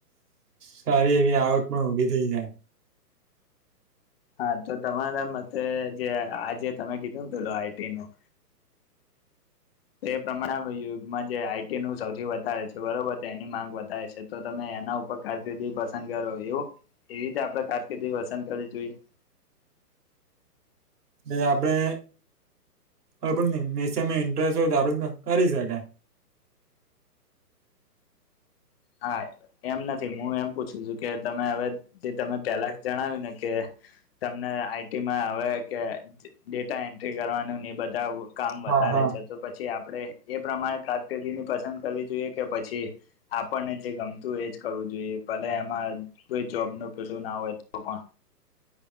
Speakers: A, on the right; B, on the left.
A: સારી એવી આવક પણ ઉભી થઇ જાય.
B: હા તો તમારા મતે જે આજે તમે કીધુંને પેલું આઈટી નું તે પ્રમાણે યુગમાં જે આઈટી નું સૌથી વધારે છે બરોબર છે એની માંગ વધારે છે. તો તમે એના ઉપર કારકિર્દી પસંદ કરો એવું એવી રીતે આપડે કારકિર્દી પસંદ કરવી જોઈએ.
A: એ આપડે કોઈપન મિશન મા ઇન્ટરેસ્ટ હોય તો આપડે કરી શકાય.
B: હા એમ નથી હું એમ પૂછું છું કે તમે હવે જે તમે પેલા જણાવ્યું ને કે તમને આઈટીમાં આવે કે ડેટા એન્ટ્રી કરવાનું ને બધા કામ વધારે
A: હા હા
B: છે. તો પછી આપડે એ પ્રમાણે કારકિર્દીની પસંદ કરવી જોઈએ કે પછી પણને જે ગમતું એ જ કરવું જોઈએ ભલે એમાં કોઈ જોબનું પેલું ના હોય તો પણ.